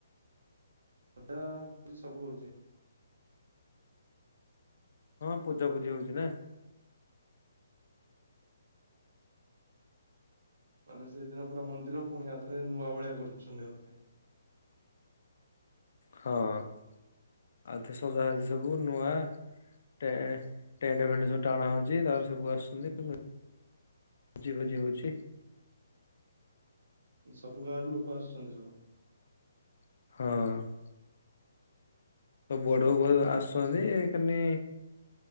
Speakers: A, on the right; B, on the left.
A: ହେଠାରେ ଆଉ କିଛି ସବୁ ହଉଛି।
B: ହଁ ପୂଜାପୁଜି ହଉଛି ନା?
A: ମାନେ ସେଇଦିନ ପୁରା ମନ୍ଦିର ପୁଣିଆ ଥରେ ନୂଆ ଭଳିଆ କରୁଛନ୍ତି ଆଉଥରେ।
B: ହଁ ଆଉଥରେ ସଯା ସବୁ ନୂଆ ଟେଣ୍ଡେ ଫେଣ୍ଟେ ସବୁ ଟାଣ ହଉଛି ତାପରେ ସବୁ ଆସୁଛନ୍ତି। ଭୋଜି ଫୋଜି ହଉଛି।
A: ସବୁ ଗାଁ ରୁ ଲୋକ ଆସୁଛନ୍ତି ସବୁ?
B: ହଁ। ସବୁ ଆଡୁ ଆସୁନ୍ତି
A: ଆଚ୍ଛା
B: ଏଖିନି